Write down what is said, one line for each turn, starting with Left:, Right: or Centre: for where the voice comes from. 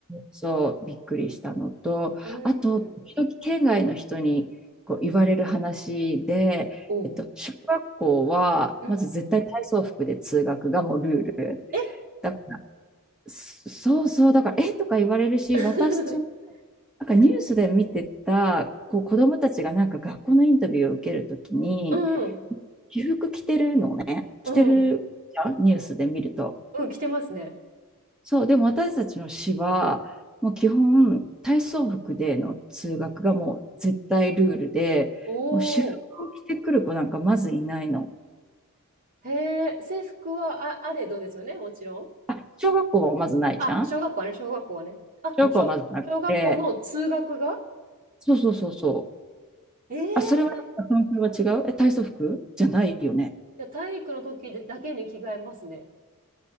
Centre: そう、びっくりしたのと、
Right: うん。
Centre: あと、時々県外の人にこう言われる話で、
Right: おう。
Centre: えっと、小学校はまず絶対体操服で通学がもうルール。
Right: うん。え
Centre: だかそうそう、だから、えとか言われるし、
Right: <laughs>
Centre: 私、なんかニュースで見てた、こう子供たちがなんか学校のインタビューを受けるときに、
Right: うん
Centre: 私服着てるのね、着てるじゃんニュースで見ると。
Right: うんうん。うん、着てますね。
Centre: そう、でも私たちの市は、もう基本、体操服での通学がもう絶対ルールで、
Right: お
Centre: もう私服を着てくる子なんかまずいないの。
Right: お。へえ、制服は、あ、あれどうですよね、もちろん。
Centre: あ、小学校はまずないじゃん
Right: あ、小学校はね、小学校はね。あ、
Centre: 小学校はまずなくて、
Right: 小、小学校の通学が
Centre: そうそうそうそう。
Right: ええー
Centre: あ、それは東京は違うえ、体操服じゃないよね。
Right: いや、体育の時だけに着替えますね。